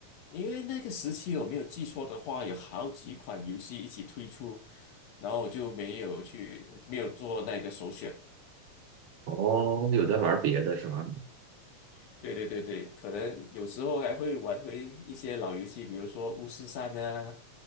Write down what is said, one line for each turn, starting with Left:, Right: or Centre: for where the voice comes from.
Left: 因为那个时期我没有记错的话，有好几款游戏一起推出，然后我就没有去，没有做那个首选。
Right: 哦，有在玩别的是吧？
Left: 嗯，对对对对，可能有时候还会玩回一些老游戏，比如说《巫师三》啊，